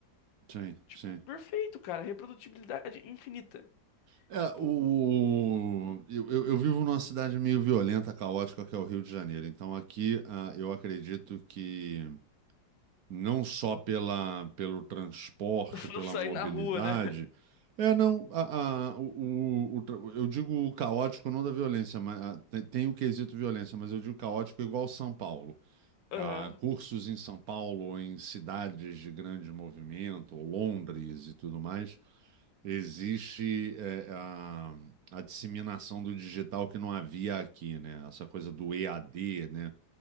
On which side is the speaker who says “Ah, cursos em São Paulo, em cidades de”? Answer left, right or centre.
Right